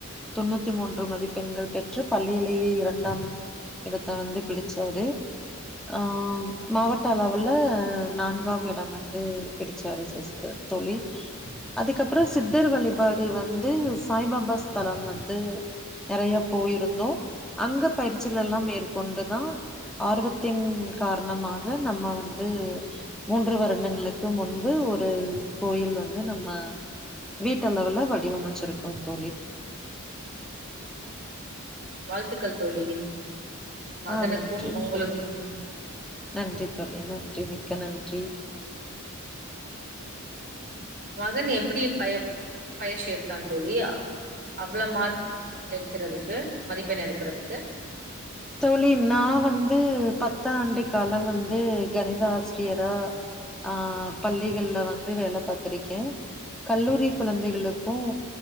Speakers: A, in the centre; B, on the right.
A: தொண்ணூத்தி மூன்று மதிப்ப பெண்கள் பெற்று பள்ளியிலேயே இரண்டாம் இடத்த வந்து பிடிச்சாரு ஆஹ் மாவட்ட அளவில்ல நான்காம் இடம் வந்து பிடிச்சாரு சிஸர் தோழி அதுக்கப்புறம் சித்தர் வழி ாடு வந்து சாய்பாபா ஸ்தலம் வந்து நிறைய போயிருந்தோம் அங்க பயிற்சிகள் எல்லாம் மேற்கொண்டுதான் ஆர்வத்தின் காரணமாக நம்ம வந்து மூன்று வருடங்களுக்கு முன்பு ஒரு கோயில் வந்து நம்ம வீட்டு அளவுல வடிவமைச்சிருக்கும் தோழி
B: வாழ்த்துக்கள் தோழி மகனுக்கும்
A: ஆ நன்றி
B: உங்களுக்கும்
A: தோழி நன்றி தோழி நன்றி மிக்க நன்றி
B: மகன் எப்படி பயம் பயிற்சி எடுத்து தான் சொல்லி அவ்வளோ மார்க் எடுக்கறதுக்கு மதிப்பெண் எடுக்கறதுக்கு
A: தோழி நான் வந்து பத்தாண்டு காலம் வந்து கணித ஆசிரியரா ஆஹ் பள்ளிகள்ல வந்து வேலை பார்த்திருக்கேன் கல்லூரி குழந்தைகளுக்கும்